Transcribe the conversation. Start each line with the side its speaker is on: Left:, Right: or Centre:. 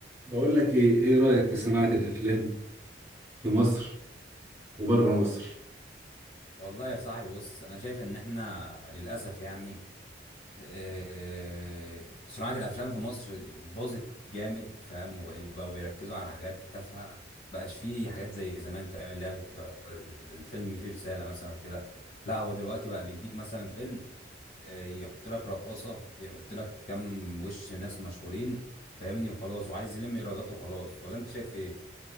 Right: بقول لك ايه ايه رأيك في صناعة الافلام في مصر وبره مصر
Left: والله يا صاحبي بص انا شايف ان احنا للاسف يعني آه، صناعه الافلام في مصر باظت جامد فاهم و- وبقوا بيركزوا على حاجات تافهه بقاش فيه حاجات زي زمان فاهم اللي هي بتبقى الفيلم فيه رساله مثلا وكده لا هو دلوقتي بقى بيديك مثلا فيلم آه، يحط لك رقاصه يحط لك كام وش ناس مشهورين فاهمني وخلاص وعايز يلم ايراداته وخلاص ولا انت شايف ايه